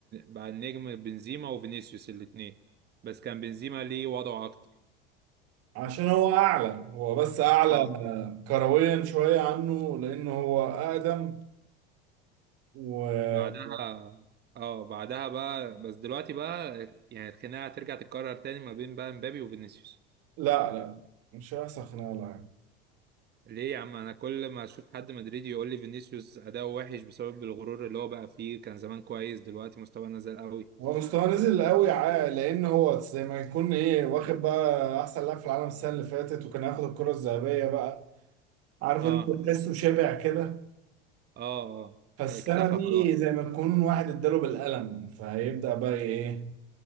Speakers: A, on the right; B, on the right.
A: بقى النجم بنزيما وفينيسيوس الاتنين بس كان بنزيما ليه وضعه أكتر
B: عشان هو اعلى هو بس اعلى
A: اه
B: كرويا شويه عنه لانه هو اقدم و
A: بعدها اه بعدها بقى بس دلوقتي بقى يعني الخناقه هترجع تتكرر تاني ما بين بقى مبابي وفينيسيوس
B: لا لا لا، مش هيحصل خناقه يعني
A: ليه يا عم انا كل ما اشوف حد مدريدي يقول لي فينيسيوس اداؤه وحش بسبب الغرور اللي هو بقى فيه كان زمان كويس دلوقتي مستواه نزل قوي
B: هو مستواه نزل قوي ع- لان هو زي ما يكون ايه واخد بقى احسن لاعب في العالم السنه اللي فاتت وكان هياخد الكره الذهبيه بقى عارف
A: اه
B: انت تحسه شبع كده
A: اه اه
B: فالسنة
A: اكتفى
B: دي
A: خلاص
B: زي ما تكون واحد اداله بالقلم فهيبدأ بقى ايه